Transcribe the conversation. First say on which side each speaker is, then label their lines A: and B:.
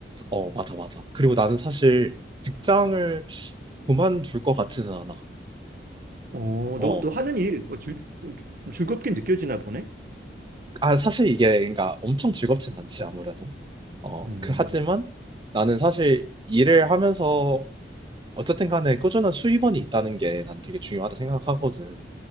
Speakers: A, on the right; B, on the right.
A: 어, 맞아, 맞아. 그리고 나는 사실 직장을 그만둘 것 같지는 않아.
B: 어,
A: 어,
B: 너, 너 하는 일 어, 즐, 좀 즐겁게 느껴지나 보네?
A: 아, 사실 이게, 그러니까 엄청 즐겁진 않지, 아무래도. 어,
B: 음,
A: 그, 하지만 나는 사실 일을 하면서 어쨌든 간에 꾸준한 수입원이 있다는 게 난 되게 중요하다 생각하거든.